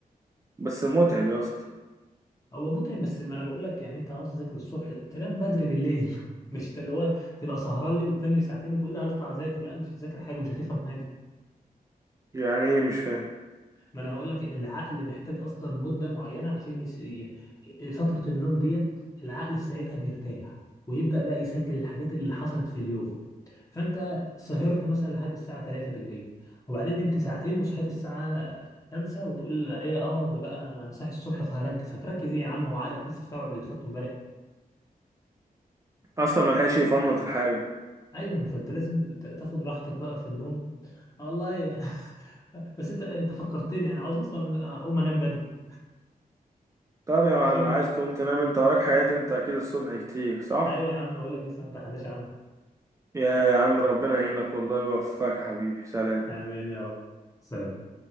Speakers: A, on the right; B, on the left.
A: بس متعب يا اسطى
B: هو متعب بس ما انا بقول لك يعني انت عاوز تذاكر الصبح تنام بدري بالليل <laughs> مش اللي هو تبقى سهران لي وتنام لي ساعتين وتقول لي هطلع اذاكر لا مش هتذاكر حاجه مش هتفهم حاجه
A: يعني ايه مش فاهم
B: ما انا هقول لك العقل محتاج اصلا مده معينه عشان يس... ي- فتره النوم ديت العقل ساعتها بيرتاح ويبدا بقى يسجل الحاجات اللي حصلت في اليوم فانت سهرت مثلا لحد الساعه 3 بالليل وبعدين نمت ساعتين وصحيت الساعه 5 وتقول ايه اه ده بقى انا صاحي الصبح فهركز هتركز ايه يا عم هو عقلك لسه استوعب اللي خدته امبارح
A: اصلا ملحقش يفنط الحاجه
B: ايوه فانت لازم ت- تاخد راحتك بقى في النوم والله <laughs> بس انت انت فكرتني انا عاوز اصلا اقوم انام بدري
A: طب يا معلم
B: عشان
A: عايز تقوم تنام انت وراك حاجات انت اكيد الصبح كتير صح
B: ايوه يا عم بقول لك لسه ما امتحناش عنها
A: يا يا عم ربنا يعينك والله ويوفقك يا حبيبي سلام
B: امين يا رب سلام